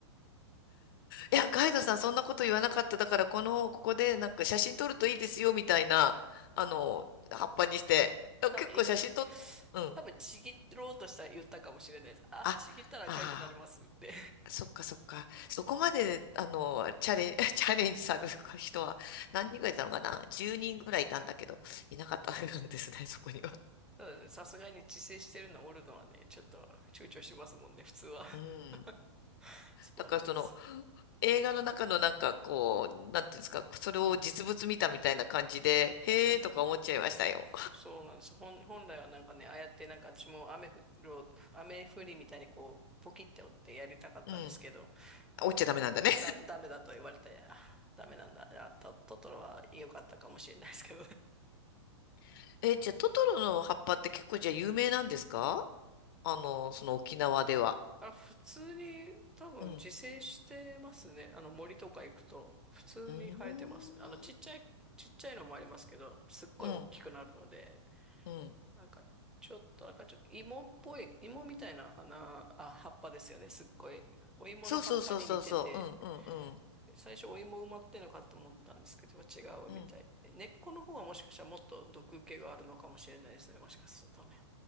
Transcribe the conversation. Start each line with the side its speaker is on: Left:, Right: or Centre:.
Left: いや、ガイドさん、そんなこと言わなかった。だから、この、ここで、なんか、写真撮るといいですよ、
Centre: うん。
Left: みたいな、あの、葉っぱにして。あ結構写真撮っ、
Centre: 多分い、
Left: うん。
Centre: 多分ちぎろうとしたら言ったかもしれないです。あ、
Left: あ、
Centre: ちぎったら痒くなりますって。
Left: ああー。そっかそっか。そこまで、あの、チャレン、<laughs> チャレンジされる <laughs> 人は何人ぐらいいたのかな ?10 人ぐらいいたんだけど、いなかったんですね、そこには。
Centre: <laughs> そうですね。さすがに自制してるのオるのはね、ちょっと躊躇しますもんね、普通は。
Left: うん。
Centre: <laughs> そうなんですよ。
Left: だからその映画の中のなんかこう、なんていうんですか、それを実物見たみたいな感じで、へーとか思っちゃいましたよ。
Centre: うんうん。そうなんです。本、本来はなんかね、ああやってなんか私も雨降る、雨降りみたいにこう、ポキって折ってやりたかったんですけど、
Left: うん。
Centre: あの、
Left: 落ちちゃダメなんだね。
Centre: ダメ、ダメだと言われて、あダメなんだ。あト、トトロは良かったかもしれないですけどね。
Left: <laughs> え、じゃあトトロの葉っぱって結構じゃあ有名なんですかあの、その沖縄では。
Centre: <laughs> あれ、普通に多分自生してますね。
Left: うん。
Centre: あの森とか行くと、普通に生えてます。
Left: うーん。
Centre: あの、ちっちゃい、ちっちゃいのもありますけど、すっごい大きくなるので、
Left: うん。うん。
Centre: なんか、ちょっと、なんかちょ、芋っぽい、芋みたいな花、あ、葉っぱですよね、すっごい。お芋の葉っぱに似てて、
Left: そうそうそうそうそう。うんうんうん。
Centre: 最初お芋埋まってんのかと思ったんですけど、違うみたいで。
Left: うん。
Centre: 根っこの方はもしかしたらもっと毒気があるのかもしれないですね、もしかするとね。